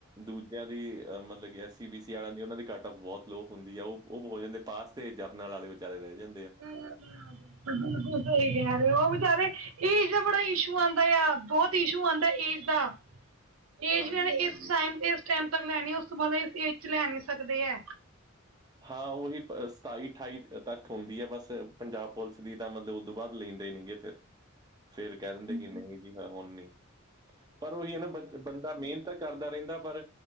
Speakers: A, on the right (about 20°); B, on the right (about 90°).
A: ਦੂਜਿਆਂ ਦੀ ਅਹ ਮਤਲਬ ਕੇ ਅਸੀਂ ਬੀ ਸੀ ਆਲਿਆਂ ਦੀ ਓਨਾਂ ਦੀ ਕੱਟ ਔਫ ਬੋਤ ਲੋ ਹੁੰਦੀ ਆ ਓਹ ਹੋ ਜਾਂਦੇ ਪਾਸ ਤੇ ਜਰਨਲ ਵਾਲੇ ਵਿਚਾਰੇ ਰੈ ਜਾਂਦੇ ਆ।
B: ਨਈਂ-ਨਈਂ ਬਿਲਕੁਲ ਸਈ ਕੈ ਰਏ ਓਂ ਓਹ ਵਿਚਾਰੇ ਏਜ ਦਾ ਬੜਾ ਇਸ਼ੂ ਆਂਦਾ ਆ ਬੋਤ ਇਸ਼ੂ ਆਂਦਾ ਏਜ ਦਾ। ਏਜ
A: ਹਾਂਜੀ
B: ਵੇਲੇ
A: ਹਾਂਜੀ
B: ਏਸ ਟਾਈਮ ਤੇ ਲੈਨੀ ਉਸ ਤੋਂ ਬਾਦ ਇਸ ਏਜ ਚ ਲੈ ਨੀ ਸਕਦੇ ਐ।
A: ਹਾਂ ਓਹੀ ਸਤਾਈ ਅਠਾਈ ਤੱਕ ਹੁੰਦੀ ਐ ਬਸ ਪੰਜਾਬ ਪੁਲਿਸ ਦੀ ਤਾਂ ਮਤਲਬ ਓਦੂੰ ਬਾਦ ਲੈ ਦੇਨਗੇ ਫਿਰ ਫੇਰ ਕੈ ਦਿੰਦੇ ਕਿ ਨਈਂ ਜੀ ਹੁਨ ਨੀ, ਪਰ ਓਹੀ ਐ ਨਾ ਬ ਬੰਦਾ ਮੇਹਨਤ ਕਰਦਾ ਰੈਂਦਾ ਪਰ